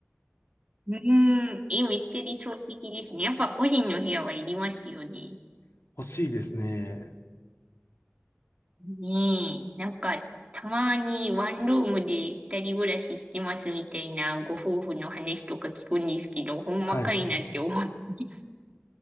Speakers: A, on the right; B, on the left.
A: うん、え、めっちゃ理想的ですね。やっぱ個人の部屋はいりますよね。
B: <laughs> 欲しいですね。
A: ねえ、なんか、たまにワンルームで二人暮らししてますみたいなご夫婦の話とか聞くんですけど、ほんまかいなって思ってます。
B: はい。